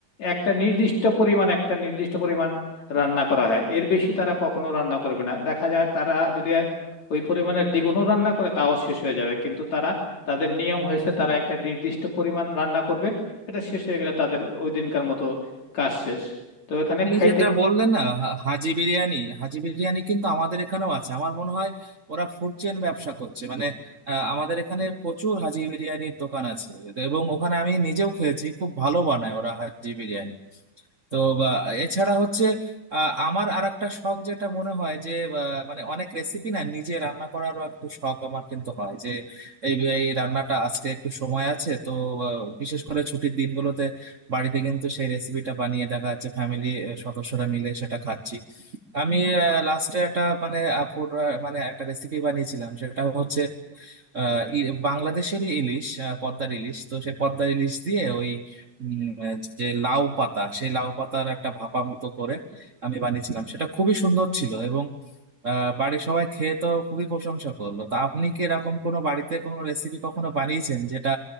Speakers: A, on the left; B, on the right.
A: একটা নির্দিষ্ট পরিমাণ একটা নির্দিষ্ট পরিমাণ রান্না করা হয় এর বেশি তারা কখনো রান্না করবে না দেখা যায় তারা যদি ওই পরিমাণের দ্বিগুণও রান্না করে তাও শেষ হয়ে যাবে কিন্তু তারা তাদের নিয়ম হয়েছে তারা একটা নির্দিষ্ট পরিমাণ রান্না করবে এটা শেষ হয়ে গেলে তাদের ওই দিনকার মতো কাজ শেষ তো এখানে
B: আপনি
A: খাইতে
B: যেটা বললেন না হা- হাজি বিরিয়ানি হাজি বিরিয়ানি কিন্তু আমাদের এখানেও আছে আমার মনে হয় ওরা ফুড চেইন ব্যবসা করছে মানে আহ, আমাদের এখানে প্রচুর হাজি বিরিয়ানির দোকান আছে এবং ওখানে আমি নিজেও খেয়েছি খুব ভালো বানায় ওরা হাজি বিরিয়ানি তো বা এছাড়া হচ্ছে আহ, আমার আর একটা শখ যেটা মনে হয় যে আহ, মানে অনেক রেসিপি না নিজে রান্না করারও একটু শখ আমার কিন্তু হয় যে এই এই রান্নাটা আজকে একটু সময় আছে তো আহ, বিশেষ করে ছুটির দিনগুলোতে বাড়িতে কিন্তু সেই রেসিপিটা বানিয়ে দেখা যাচ্ছে ফ্যামিলি সদস্যরা মিলে সেটা খাচ্ছি আমি লাস্টে একটা মানে আহ, food, আহ, মানে একটা রেসিপি বানিয়েছিলাম সেটা হচ্ছে আহ ই- বাংলাদেশেরই ইলিশ আহ, পদ্মার ইলিশ তো সে পদ্মার ইলিশ দিয়ে ওই উম, আহ, যে লাউ পাতা সেই লাউ পাতার একটা ভাপা মতো করে আমি বানিয়েছিলাম সেটা খুবই সুন্দর ছিল এবং আহ, বাড়ির সবাই খেয়ে তো খুবই প্রশংসা করলো তো আপনি কি এরকম কোনো বাড়িতে কোনো রেসিপি কখনো বানিয়েছেন যেটা